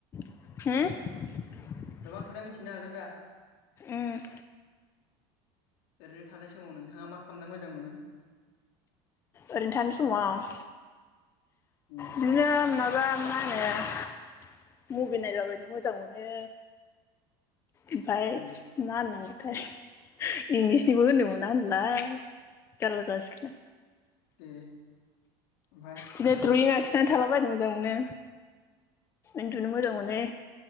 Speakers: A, on the left; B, on the left.
A: होम
B: गोबां खोथा मिथिनो हागोन दा
A: उम
B: ओरैनो थानाय समाव नोंथाङा मा खामना मोजां मोनो?
A: ओरैनो थानाय समाव
B: उम
A: बिदिनो माबा मा होनो मुभि नायलाबायनो मोजां मोनो ओमफाय
B: उम
A: मा होननांगौथाय इंलिस निबो होननो मोना होनलाय जारला जासिगोना
B: दे ओमफाय
A: बिदिनो द्रयिं आखिनानै थालाबायनो मोजां मोनो, उन्दुनो मोजां मोनो